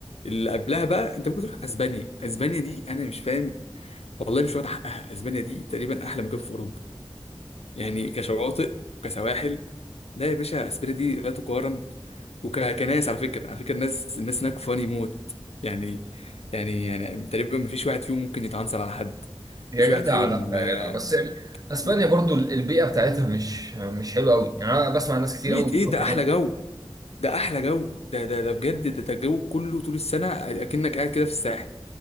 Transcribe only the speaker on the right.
يا
جدع
لا يا
جدع بس يعني اسبانيا
برضو البيئه بتاعتها مش مش حلوه قوي يعني انا بسمع ناس كتير
قوي
بتروح
هناك